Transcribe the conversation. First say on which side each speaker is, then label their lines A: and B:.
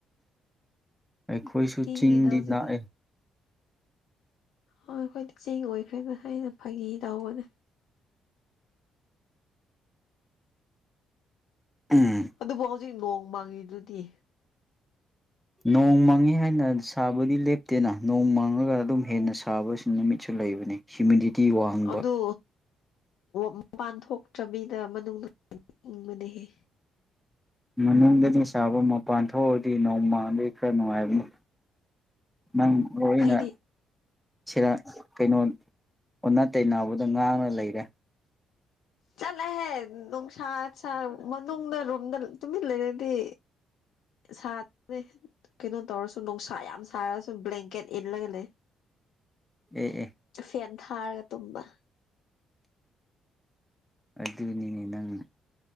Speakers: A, in the centre; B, on the left.
A: ꯑꯩꯈꯣꯏꯁꯨ
B: ꯏꯪꯉꯤꯗ
A: ꯆꯤꯡꯗꯤ
B: ꯍꯧꯖꯤꯛꯇꯤ
A: ꯂꯥꯛꯑꯦ
B: ꯍꯣ ꯑꯩꯈꯣꯏꯗꯤ ꯆꯦꯡ ꯑꯣꯏꯈ꯭ꯔꯦꯗ ꯑꯩꯅ ꯐꯈꯤ ꯇꯧꯕꯅꯦ꯫
A: ꯎꯝ
B: ꯑꯗꯨꯕꯨ ꯍꯧꯖꯤꯛ ꯅꯣꯡ ꯃꯥꯡꯉꯤꯗꯨꯗꯤ꯫
A: ꯅꯣꯡ ꯃꯥꯡꯉꯤ ꯍꯥꯏꯅ ꯁꯥꯕꯗꯤ ꯂꯦꯞꯇꯦꯅ ꯅꯣꯡ ꯃꯥꯡꯉꯒ ꯑꯗꯨꯝ ꯍꯦꯟꯅ ꯁꯥꯕ ꯅꯨꯃꯤꯠꯁꯨ ꯂꯩꯕ ꯍ꯭ꯌꯨꯃꯤꯗꯤꯇꯤ ꯋꯥꯡꯕ꯫
B: ꯑꯗꯨ ꯃꯄꯥꯟ ꯊꯣꯛꯇ꯭ꯔꯕꯤꯗ ꯃꯅꯨꯡ ꯍꯤꯡꯕꯅꯦꯍꯦ꯫
A: ꯃꯅꯨꯡꯗꯗꯤ ꯁꯥꯥꯕ ꯃꯄꯥꯟ ꯊꯣꯛꯎꯗꯤ ꯅꯣꯡꯃꯥꯟꯗꯩ ꯈꯔ ꯅꯨꯡꯉꯥꯏꯕꯅꯤ꯫ ꯅꯪ ꯃꯔꯅ
B: ꯑꯩꯗꯤ
A: ꯁꯤꯔ ꯀꯩꯅꯣ ꯑꯣꯟꯅ ꯇꯩꯅꯕꯗ ꯉꯥꯡꯉꯥ ꯂꯩꯔꯦ꯫
B: ꯆꯂꯍꯦ ꯅꯨꯡꯁꯠꯁ ꯃꯅꯨꯡꯗ ꯔꯣꯝꯗ ꯇꯨꯃꯤꯟ ꯂꯩꯔꯥꯗꯤ꯫ ꯁꯥꯅꯦ ꯀꯩꯅꯣ ꯇꯧꯔꯁꯨ ꯅꯨꯡꯁꯥ ꯌꯥꯝ ꯁꯥꯔꯁꯨ ꯕ꯭ꯂꯦꯡꯀꯦꯠ ꯏꯜꯂꯒ ꯂꯩ꯫
A: ꯑꯦ ꯑꯦ
B: ꯐꯦꯟ ꯊꯥꯔꯒ ꯇꯨꯝꯕ꯫
A: ꯑꯗꯨꯅꯤꯅꯦ ꯅꯪ꯫